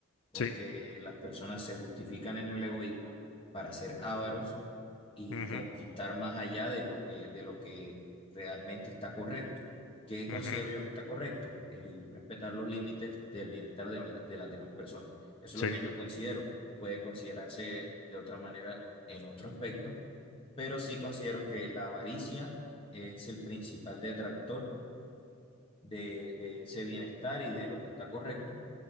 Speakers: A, on the left (about 25°); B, on the left (about 65°).
A: porque
B: Sí.
A: las personas se justifican en el egoísmo para ser ávaros y
B: ujú,
A: conquistar más allá de lo que, de lo que realmente está correcto. ¿Qué considero
B: ujú,
A: yo que está correcto? El respetar los límites del bienestar de, la- de las demás personas. Eso
B: Sí.
A: es lo que yo Sí, considero. Puede considerarse de otra manera en otro aspecto, pero sí considero que la avaricia es el principal detractor de, de ese bienestar y de lo que está correcto.